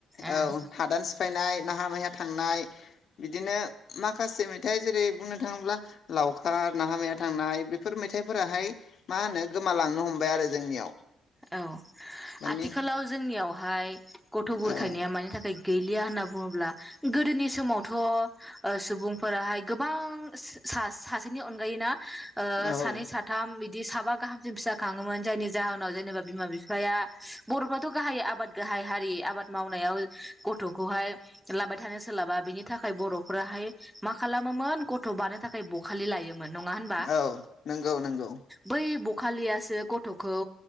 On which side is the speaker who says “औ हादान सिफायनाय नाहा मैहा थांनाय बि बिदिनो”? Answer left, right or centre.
Left